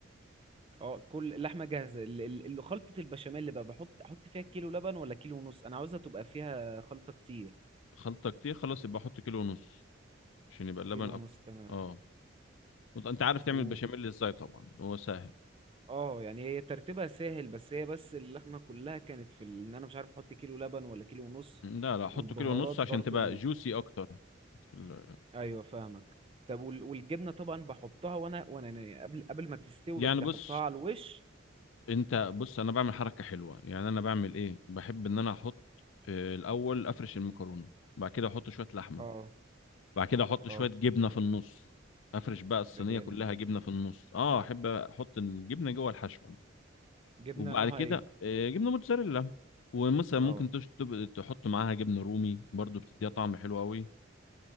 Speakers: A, on the right; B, on the left.
A: اه كل اللحمه جاهزه ال- ال- اللي خلطه البشاميل اللي بقى بحط احط فيها كيلو لبن ولا كيلو ونص انا عاوزها تبقى فيها خلطه كتير
B: خلطه كتير خلاص يبقى حط كيلو ونص عشان يبقى اللبن
A: كيلو
B: اكتر
A: ونص تمام
B: اه وط- انت عارف تعمل
A: و
B: بشاميل ازاي طبعا هو سهل
A: اه يعني هي ترتيبها سهل بس هي بس اللحمه كلها كانت في ال... ان انا مش عارف احط كيلو لبن ولا كيلو ونص
B: لا لا حطه
A: والبهارات
B: كيلو ونص
A: برضو
B: عشان تبقى جوسي اكتر في ال...
A: ايوه فاهمك طب وال- والجبنه طبعا بحطها وانا وانا يعني قبل قبل ما تستوي
B: يعني
A: بدي
B: بص
A: احطها على الوش
B: انت بص انا بعمل حركه حلوه يعني انا بعمل ايه بحب ان انا احط آه، الاول افرش المكرونه بعد كده احط شويه لحمه
A: اه
B: بعد كده احط شويه
A: اه
B: جبنه في النص افرش بقى الصينيه
A: ده جامد
B: كلها
A: ده
B: جبنه في النص اه احب احط الجبنه جوه الحشوه
A: جبنه
B: وبعد
A: نوعها
B: كده
A: ايه
B: آه، جبنه موتزاريلا ومثلا
A: اه
B: ممكن تش- تب- تحط معاها جبنه رومي برضو بتديها طعم حلو قوي